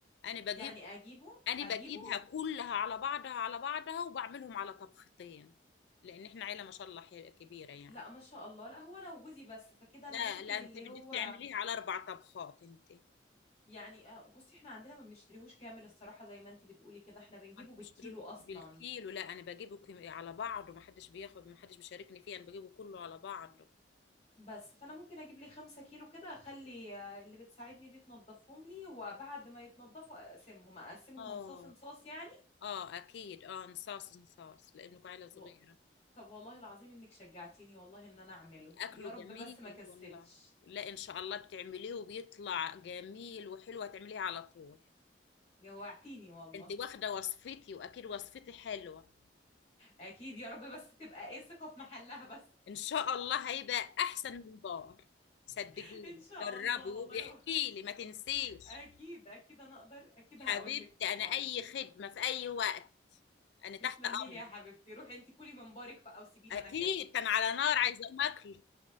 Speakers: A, on the left; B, on the left.
A: انا بجيب
B: يعني اجيبه
A: انا
B: اجيبه
A: بجيبها كلها على بعضها على بعضها وبعملهم على طبختين لان احنا عيله ما شاء الله حي- كبيره يعني
B: لا ما شاء الله لا هو انا وجوزي بس فكده
A: لا
B: انا ممكن
A: لا انت
B: اللي
A: بدك
B: هو
A: تعمليها على اربع طبخات انت
B: يعني آه، بصي احنا عندنا ما بنشتريهوش كامل الصراحه زي ما انت بتقولي كده احنا بنجيبه
A: انت
B: بالكيلو
A: مش ترو-
B: اصلا
A: بالكيلو لا انا بجيبه كم- على بعضه ما حدش بياخد ما حدش بيشاركني فيه انا بجيبه كله على بعضه
B: بس فانا ممكن اجيب لي خمسة كيلو كده اخلي آه، اللي بتساعدني دي تنضفهم لي وبعد ما يتنضفوا اقسمهم اقسمهم
A: اه
B: انصاص انصاص يعني
A: اه اكيد اه نصاص نصاص لانه عيله صغيره
B: و... طب والله العظيم انك شجعتيني والله ان انا اعمله
A: اكله
B: يا رب
A: جميل
B: بس ما كسلش
A: والله لا ان شاء الله بتعمليه وبيطلع جميل وحلوه تعمليه على طول
B: جوعتيني والله
A: انت واخده وصفتي واكيد وصفتي حلوه
B: اكيد يا رب بس تبقى ايه ثقة في محلها بس
A: ان شاء الله هيبقى احسن من بار صدقيني
B: <laughs> ان شاء
A: جربي
B: الله
A: وبيحكي
B: والله و...
A: لي ما تنسيش
B: اكيد اكيد انا اقدر اكيد
A: حبيبتي
B: هقول لك طبعا
A: انا اي خدمه في اي وقت انا تحت
B: تسلمي
A: امرك
B: لي يا حبيبتي روحي انت كلي من بارك بقى وسيبيني
A: اكيد
B: انا كده
A: كان على نار عايزه اكل